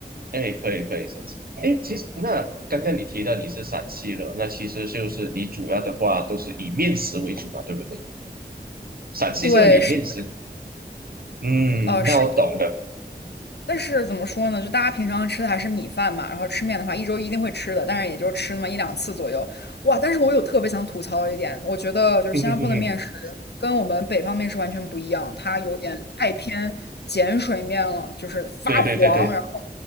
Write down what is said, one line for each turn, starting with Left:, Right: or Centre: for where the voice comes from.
Right: 哎，可以可以，甚至哎，其实那刚刚你提到你是陕西的，那其实就是你主要的话都是以面食为主嘛，对不对？陕西这里面食，
Left: 对，是
Right: 嗯，
Left: 呃，
Right: 那我懂了。
Left: 是但是怎么说呢？就大家平常吃的还是米饭嘛，然后吃面的话，一周一定会吃的，但是也就吃那么一两次左右。哇！但是我有特别想吐槽一点，我觉得就是新加坡的面食跟我们北方面食完全不一样，
Right: <laughs>
Left: 它有点太偏碱水面了，就是发黄，
Right: 对对对对，
Left: 然后